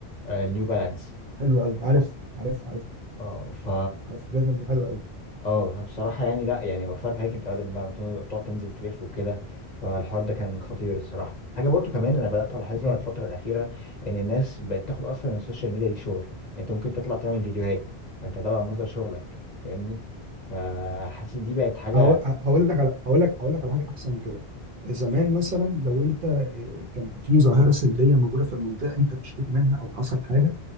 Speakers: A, on the left; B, on the right.
A: النيو بالانس
B: حلو قوي عارف عارف عارف
A: اه ف
B: عارف الجزمه دي حلوه
A: اه فبصراحة يعني لا يعني وفرت عليك انت بدل ما تن- تقعد تنزل تلف وكده فالحوار ده كان خطير الصراحة حاجة برضو كمان انا بدأت الاحظها
B: قوي
A: الفترة الأخيرة ان الناس بقت تاخد اصلا السوشيال ميديا دي شغل يعني انت ممكن تطلع تعمل فيديوهات فانت ده بقى مصدر شغلك فاهمني فحاسس دي بقت حاجة
B: هقو- هقول لك على هقول لك هقول لك على حاجه احسن من كده زمان مثلا لو انت إيه، كان في ظاهره سلبيه موجوده في المنطقه انت بتشتكي منها او حصل حاجه